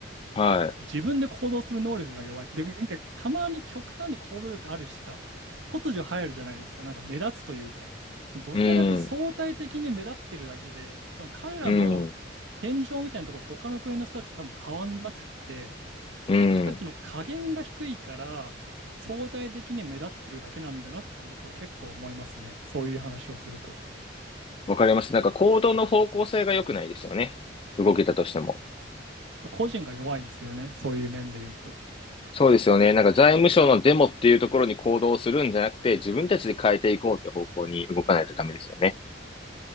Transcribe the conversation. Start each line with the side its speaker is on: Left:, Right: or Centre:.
Left: は
Right: 自分で行動する能力が弱い。で、なんかたまに極端に行動力ある人が突如入るじゃないですか。なんか目立つというか。どちらかというと相対的に目立ってるだけで、
Left: い。うん、
Right: 多分彼らの天井みたいなところ、
Left: うん、
Right: 他の国の人たちと多分変わんなくって、
Left: うん。
Right: 僕たちの加減が低いから相対的に目立ってるだけなんだなって僕は結構思いますね。そういう話をすると。
Left: わかります。なんか行動の方向性が良くないですよね。動けたとしても。
Right: 個人が弱いですよね。そういう面で言うと。
Left: そうですよね。なんか財務省のデモっていうところに行動するんじゃなくて、自分たちで変えていこうって方向に動かないとダメですよね。